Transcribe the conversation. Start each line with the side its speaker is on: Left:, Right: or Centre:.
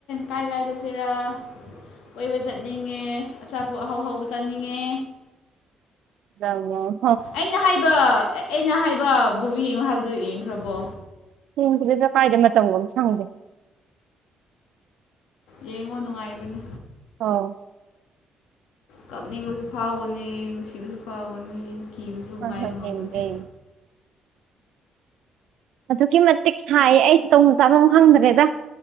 Left: ꯀꯥꯏ ꯀꯥꯏ ꯆꯠꯁꯤꯔ ꯀꯕ ꯆꯠꯅꯤꯡꯉꯦ ꯑꯆꯥꯄꯣꯠ ꯑꯍꯥꯎ ꯍꯧꯕ ꯆꯠꯅꯤꯡꯉꯦ
Right: ꯑꯃ
Left: ꯑꯩꯅ ꯍꯥꯏꯕ ꯑꯩꯅ ꯍꯥꯏꯕ ꯕꯣꯕꯤ ꯌꯦꯡꯉꯣ ꯍꯥꯏꯕꯗꯨ ꯌꯦꯡꯈ꯭ꯔꯕꯣ
Right: ꯁꯤꯗꯗ ꯀꯥꯏꯗ ꯃꯇꯝꯒꯨꯝ ꯑꯃ ꯁꯪꯗꯦ
Left: ꯌꯦꯡꯉꯣ ꯅꯨꯡꯉꯥꯏꯕꯅꯤ
Right: ꯑꯥꯎ
Left: ꯀꯥꯞꯅꯤꯡꯕꯁꯨ ꯐꯥꯎꯒꯅꯤ ꯅꯨꯡꯁꯤꯕꯁꯨ ꯐꯥꯎꯒꯅꯤ ꯀꯤꯕꯁꯨ
Right: ꯍꯣꯏ
Left: ꯉꯥꯏꯕ
Right: ꯍꯣꯏ
Left: ꯉꯝꯗꯕꯅꯤ
Right: ꯌꯦꯡꯒꯦ ꯌꯦꯡꯒꯦ ꯑꯗꯨꯛꯀꯤ ꯃꯇꯤꯛ ꯁꯥꯏ ꯑꯩꯁꯦ ꯇꯣꯡꯐꯝ ꯆꯥꯐꯝ ꯈꯪꯗ꯭ꯔꯦꯗ